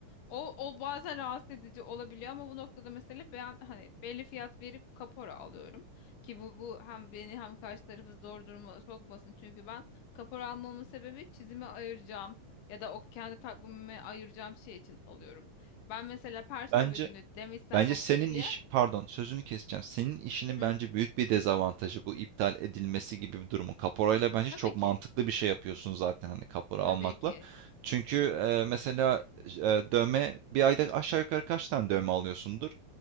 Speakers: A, on the left; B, on the right.
A: O, o bazen rahatsız edici olabiliyor ama bu noktada mesela ben hani belli fiyat verip kapora alıyorum. Ki bu, bu hem beni hem karşı tarafı zor duruma sokmasın. Çünkü ben kapora almamın sebebi çizime ayıracağım ya da o kendi takvimime ayıracağım şey için alıyorum. Ben mesela Perşembe
B: bence
A: günü demişsem
B: Bence
A: o
B: senin
A: kişiye
B: iş, pardon sözünü keseceğim. Senin işinin
A: "Hı,
B: bence büyük bir dezavantajı bu iptal edilmesi gibi bir durumu. Kaporayla bence
A: tabii
B: çok mantıklı
A: ki
B: bir şey yapıyorsun zaten hani kapora
A: tabii
B: almakla.
A: ki
B: Çünkü
A: E,
B: e, mesela e, dövme bir ayda aşağı yukarı kaç tane dövme alıyorsundur?